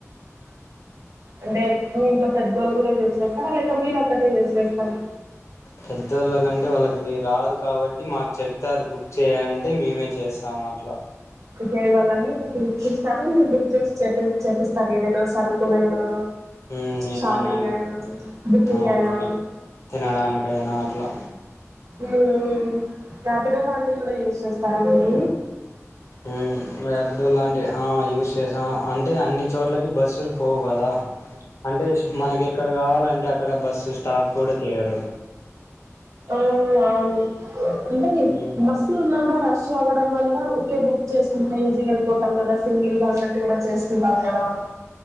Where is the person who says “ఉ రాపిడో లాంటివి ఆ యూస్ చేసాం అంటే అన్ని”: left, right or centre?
Left